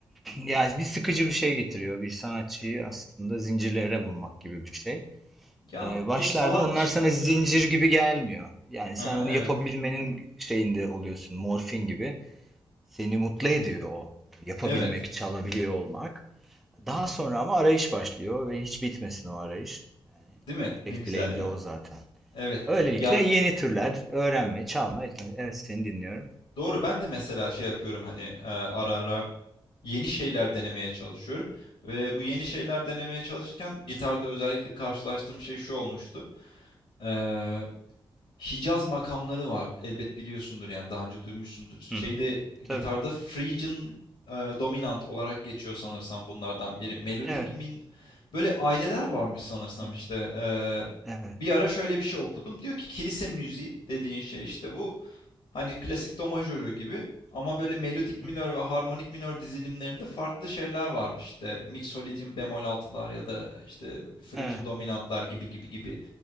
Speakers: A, in the centre; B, on the left.
A: Yani bir sıkıcı bir şey getiriyor. Bir sanatçıyı aslında zincirlere vurmak gibi bir şey.
B: Ya
A: Ee, başlarda
B: bu sanatçı...
A: onlar sana zincir
B: Hı hı.
A: gibi gelmiyor. Yani
B: Aha,
A: sen onu
B: evet.
A: yapabilmenin şeyinde oluyorsun, morfin gibi. Seni mutlu ediyor o. Yapabilmek,
B: Evet.
A: çalabiliyor olmak. Daha sonra ama arayış başlıyor ve hiç bitmesin o arayış.
B: Değil mi?
A: Tek
B: Ne güzel
A: dileğim
B: ya.
A: de o zaten.
B: Evet.
A: Öylelikle
B: Ya
A: yeni türler öğrenme, çalma, etme. Evet seni dinliyorum.
B: doğru ben de mesela şey yapıyorum hani e, ara ara yeni şeyler denemeye çalışıyorum. Ve bu yeni şeyler denemeye çalışırken gitarda özellikle karşılaştığım şey şu olmuştu. Ee, Hicaz makamları var. Elbet biliyorsundur yani daha önce duymuşsundur. Şeyde
A: Hı hı. Tabii.
B: gitarda Phrygian e, dominant olarak geçiyor sanırsam bunlardan biri. Melodik
A: Evet.
B: min böyle aileler varmış sanırsam
A: Hı.
B: işte. Ee,
A: Evet.
B: bir ara şöyle bir şey okudum. Diyor ki kilise müziği dediğin şey işte bu Hani klasik do majörü gibi ama böyle melodik
A: Hı
B: minör
A: hı.
B: ve harmonik minör dizilimlerinde farklı şeyler varmış. İşte Mixolydian bemol altılar ya da işte Phrygian
A: Evet.
B: dominantlar gibi gibi gibi.